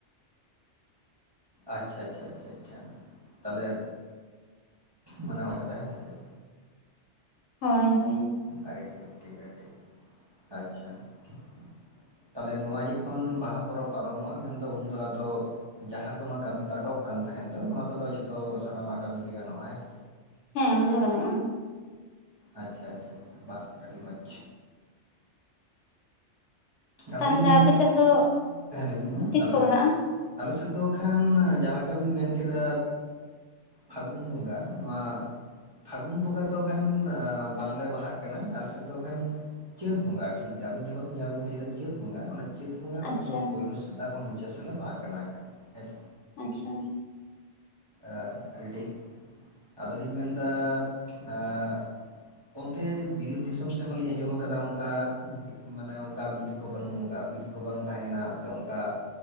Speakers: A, on the right (about 30°); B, on the left (about 75°).
A: ᱟᱪᱪᱷᱟ ᱟᱪᱪᱷᱟ ᱟᱪᱪᱷᱟ ᱟᱪᱪᱷᱟ ᱛᱟᱦᱚᱞᱮ ᱢᱟᱱᱟᱣ ᱚᱠᱟᱫᱟ ᱦᱮ ᱥᱮ ᱪᱮᱫ
B: ᱦᱳᱭ ᱦᱳᱭ
A: ᱟᱵᱤ ᱴᱷᱤᱠ ᱴᱷᱤᱠ ᱴᱷᱤᱠ ᱟᱪᱪᱷᱟ ᱴᱷᱤᱠ ᱛᱟᱦᱞᱮ ᱱᱚᱣᱟ ᱡᱚᱠᱷᱚᱱ ᱵᱟᱦᱟ ᱯᱚᱨᱚᱵᱽ ᱯᱟᱨᱚᱢᱚᱜᱼᱟ ᱢᱮᱱᱫᱚ ᱩᱱᱫᱚ ᱟᱫᱚ ᱡᱟᱦᱟᱸ ᱠᱚ ᱱᱚᱣᱟ ᱠᱟᱹᱢᱤ ᱟᱴᱚᱠ ᱠᱟᱱ ᱛᱟᱦᱮᱸᱫ ᱫᱚ ᱱᱚᱣᱟ ᱠᱚᱫᱚ ᱡᱚᱛᱚ ᱥᱟᱱᱟᱢᱟᱜ ᱠᱟᱹᱢᱤᱜᱮ ᱜᱟᱱᱚᱜᱼᱟ ᱦᱮᱸᱥᱮ
B: ᱦᱮᱸ ᱩᱱᱫᱚ ᱜᱟᱱᱚᱜᱼᱟ
A: ᱟᱪᱪᱷᱟ ᱟᱪᱪᱷᱟ ᱟᱪᱪᱷᱟ ᱵᱟ ᱟᱹᱰᱤ ᱢᱚᱡᱽ ᱟᱫᱚᱞᱤᱧ
B: ᱛᱟᱦᱚᱞᱮ
A: ᱢᱮᱱ
B: ᱟᱯᱮ ᱥᱮᱫ ᱫᱚ
A: ᱛᱟᱦᱮ ᱞᱤᱧ
B: ᱛᱤᱥ
A: ᱟᱞᱮ
B: ᱠᱚ
A: ᱥᱮᱫ
B: ᱵᱟᱦᱟᱜᱼᱟ
A: ᱟᱞᱮ ᱥᱮᱫ ᱫᱚ ᱠᱷᱟᱱ ᱡᱟᱦᱟᱸ ᱞᱮᱠᱟ ᱵᱮᱱ ᱢᱮᱱ ᱠᱮᱫᱟ᱾ ᱯᱷᱟᱹᱜᱩᱱ ᱵᱚᱸᱜᱟ ᱱᱚᱣᱟ᱾ ᱯᱷᱟᱹᱜᱩᱱ ᱵᱚᱸᱜᱟ ᱫᱚ ᱮᱠᱷᱟᱱ ᱵᱟᱝᱞᱮ ᱵᱟᱦᱟᱜ ᱠᱟᱱᱟ ᱟᱞ ᱥᱮᱫ ᱫᱚᱠᱷᱟᱱ ᱪᱟᱹᱛ ᱵᱚᱸᱜᱟ ᱴᱷᱤᱠ ᱟᱵᱤᱱ ᱡᱚᱠᱷᱚᱱ ᱡᱟᱦᱟᱸᱟ ᱵᱤᱱ ᱞᱟᱹᱭᱮᱫᱟ᱾ ᱪᱟᱹᱛ ᱵᱚᱸᱜᱟ ᱚᱱᱟ ᱪᱟᱹᱛ ᱵᱚᱸᱜᱟ ᱦᱚᱭᱛᱳ
B: ᱟᱪᱪᱷᱟ
A: ᱯᱳᱭᱞᱳ ᱥᱮᱛᱟᱜ ᱠᱷᱚᱱ ᱢᱩᱪᱟᱹᱫ ᱥᱟᱞᱟᱜ ᱵᱟᱦᱟᱜ ᱠᱟᱱᱟ ᱠᱟᱱᱟ ᱦᱮᱸᱥᱮᱼᱼ
B: ᱟᱪᱪᱷᱟ
A: ᱮ ᱟᱹᱰᱤ ᱴᱤᱠ ᱟᱫᱚᱞᱤᱧ ᱢᱮᱱ ᱮᱫᱟ <inaudible> ᱚᱱᱛᱮ ᱵᱤᱞᱟᱹᱛ ᱫᱤᱥᱚᱢ ᱥᱮᱫ ᱢᱟᱞᱤᱧ ᱟᱸᱡᱚᱢ ᱟᱠᱟᱫᱟ ᱚᱱᱠᱟ ᱢᱟᱱᱮ ᱚᱱᱠᱟ ᱵᱤᱨ ᱠᱚ ᱵᱟᱹᱱᱩᱜ ᱠᱟᱜᱼᱟ ᱵᱤᱨ ᱠᱚ ᱵᱟᱝ ᱛᱟᱦᱮᱱᱟ ᱥᱮ ᱚᱱᱠᱟ